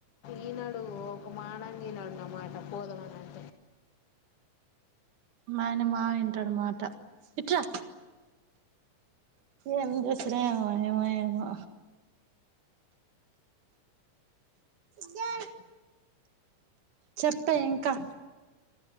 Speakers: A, on the left; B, on the right.
A: ఈనాడు ఒక మానంగ ఈనడున్నన్నమాట పోదమని అంటే
B: ఆయన మా వింటాడు మాట ఇట్రా ఏం చేూసాడ ఏమో ఏమో ఏమో న <unintelligible> చెప్తా ఇంకా